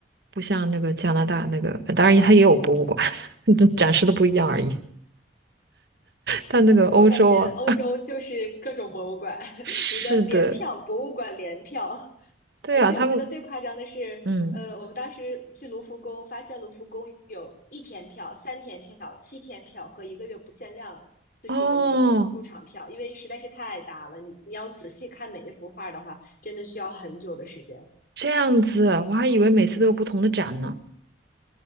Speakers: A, on the right; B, on the left.
A: 不像那个加拿大那个，当然它也有博物馆，<laughs> 展示的不一样而已。但那个欧洲啊，
B: 我感觉欧洲就是各种博物馆，
A: <laughs> 是的，
B: <laughs> 你的联票，博物馆联票。
A: 对啊，
B: 而且我记得最夸张的是，
A: 他们，嗯，
B: 呃，我们当时去卢浮宫，发现卢浮宫有一天票、三天票、七天票和一个月不限量次数的那种入场票，
A: 哦。
B: 因为实在是太大了，你你要仔细看每一幅画的话，真的需要很久的时间
A: 这样子，我还以为每次都有不同的展呢，